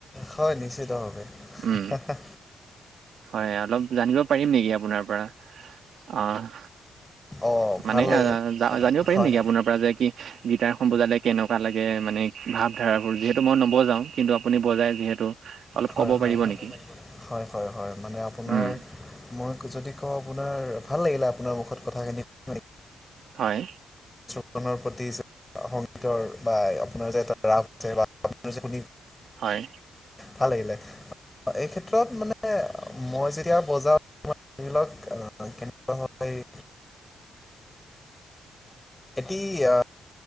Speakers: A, on the left; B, on the right.
A: হয় নিশ্চয়।
B: উম।
A: হাঁ।
B: হয় অলপ জানিব পাৰিম নেকি আপোনাৰ পৰা অঁ।
A: অঁ
B: মানে
A: ভাল লাগিলে
B: অঁ জানিব পাৰিম
A: হয়
B: নেকি আপোনাৰ পৰা যে কি! গীটাৰ খন বজালে কেনেকুৱা লাগে মানে ভাৱধাৰাবোৰ যিহেতু মই নবজাওঁ কিন্তু আপুনি বজাই যিহেতু অলপ
A: হয়,
B: ক'ব
A: হয়,
B: পাৰিব নেকি
A: হয়, হয়, হয়, হয় আপোনাৰ
B: উম
A: মই যদি কওঁ আপোনাৰ ভাল লাগিলে আপোনাৰ মুখত কথাখিনি শুনি
B: হয়।
A: তৰ প্ৰতি সংগীতৰ বা আপোনাৰ যে এটা ৰাপ আছে বা আপোনাৰ যে শুনি।
B: হয়।
A: ভাল লাগিলে এই ক্ষেত্ৰত মানে মই যেতিয়া বজাওঁ বা। হয় কেনেকুৱা হয়। এটি অঁ।